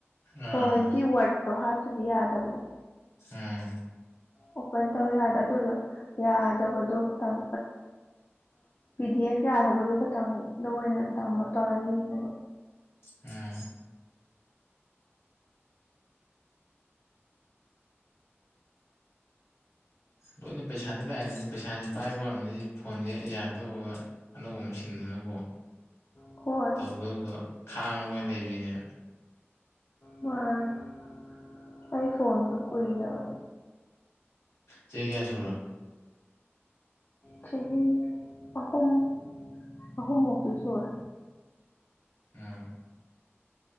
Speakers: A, on the left; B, on the left.
A: ꯑꯥ
B: ꯊꯑꯣꯏꯀꯤ ꯋꯥꯠꯇꯣ ꯍꯥꯥꯛꯇꯔꯗꯤ ꯌꯥꯕꯗꯣ
A: ꯎꯝ
B: ꯑꯣꯄꯟ ꯇꯧ ꯌꯥꯗ ꯑꯗꯨꯗꯣ ꯌꯥꯗꯕꯗꯣ ꯈꯤꯇꯪ ꯄꯤ ꯗꯤ ꯑꯦꯐ ꯌꯥꯗꯕꯗꯨ ꯈꯇꯪꯗ ꯑꯣꯏꯅ ꯗꯥꯎꯟꯂꯣꯗ ꯇꯧꯔꯒ ꯌꯦꯡꯉꯦꯕ
A: ꯑꯝ ꯀꯅꯤ ꯄꯩꯁꯥꯅꯦ ꯂꯥꯏ ꯄꯩꯁꯥꯁꯦ ꯄꯥꯏꯕ ꯑꯣꯏꯔꯝꯅꯤ ꯁꯤ ꯐꯣꯟꯁꯦ ꯌꯥꯔꯛꯇꯧꯕ ꯑꯅꯧꯕ ꯑꯃ ꯁꯤꯟꯗꯅꯕꯀꯣ
B: ꯍꯣꯏ
A: ꯇꯧꯗꯧꯗꯣ ꯈꯥꯡꯉꯒ ꯑꯣꯏꯅ ꯂꯩꯕꯤꯅꯦꯕ
B: ꯃꯥ ꯑꯩꯥꯏ ꯐꯣꯟ ꯆꯛꯅ ꯃ
A: ꯆꯩ ꯀꯌꯥ ꯁꯣ
B: ꯆꯍꯤ ꯑꯍꯨꯝꯨꯝ ꯑꯍꯨꯝꯃꯨꯀꯤꯁꯣꯔ
A: ꯎꯝ